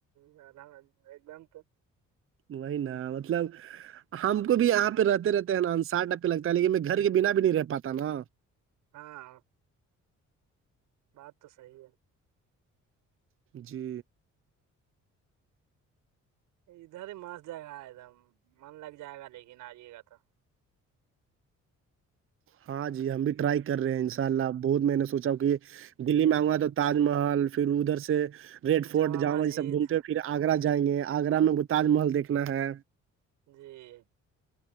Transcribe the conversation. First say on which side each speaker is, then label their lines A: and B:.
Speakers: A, on the right; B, on the right.
A: ہ الر ایک دم تو
B: وہی نا مطلب ہم کو بھی یہاں پہ رہتے رہتے ہیں نا ان ساھ روپے لگتا ہے لیکن میں گھر کے بنا بھی نہیں رہ پاتا نا
A: ہاں بات تو صحیح ہے
B: جی
A: ادھر ہی مست جگہ ہے ایک دم من لگ جائے گا لیکن آئیے گا تو
B: ہاں جی ہم بھی ٹرائی کر رہے ہیں ان شاء اللہ اب بہت میں نے سوچا ہ کہ دلی میں آؤں گا تو تاج محل پھر ادھر سے ریڈ فورٹ
A: جامع
B: جہاں
A: مسجد
B: مج یہ سب گھومتے ہوئے پھر آگرہ جائیں گے آگرہ میں وہ تاج محل دیکھنا ہے
A: جی